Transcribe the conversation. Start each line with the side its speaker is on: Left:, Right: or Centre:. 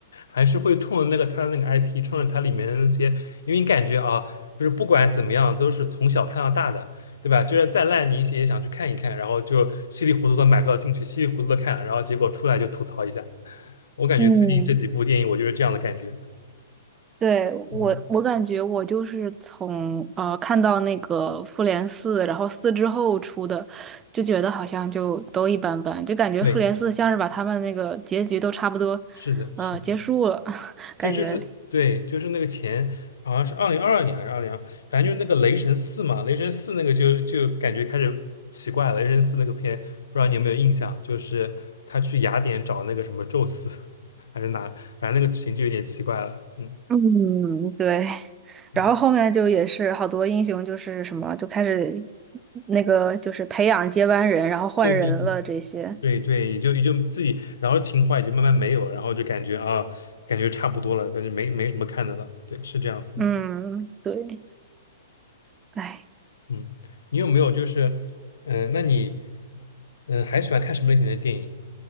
Left: 还是会冲着那个它的那个 IP，冲着它里面的那些，因为你感觉啊，就是不管怎么样，都是从小看到大的，对吧？就是再烂你一些也想去看一看，然后就稀里糊涂的买票进去，稀里糊涂的看了，然后结果出来就吐槽一下。我感觉最近这几部电影，
Right: 嗯，
Left: 我就是这样的感觉。
Right: 对，
Left: 嗯，
Right: 我，我感觉我就是从呃看到那个复联四，然后四之后出的，就觉得好像就都一般般，就感觉复联四像是把他们那个结局都差不多，
Left: 对，是的，是的。
Right: 呃，结束了，<laughs> 感觉，
Left: 就就是，对，就是那个前好像是二零二二年还是二零二，反正就是那个雷神四嘛，雷神四那个就就感觉开始奇怪了。雷神四那个片，不知道你有没有印象？就是他去雅典找那个什么宙斯，<laughs> 还是哪，反正那个剧情就有点奇怪了。嗯
Right: 嗯，对。
Left: 嗯，
Right: 然后后面就也是好多英雄就是什么就开始那个就是培养接班人，然后换人了这些，
Left: 对对对对对，也就也就自己，然后情怀也就慢慢没有了，然后就感觉啊，感觉差不多了，感觉没没什么看的了。对，是这样子的。
Right: 嗯，对，哎，
Left: 嗯，你有没有就是，嗯、那你，嗯、还喜欢看什么类型的电影？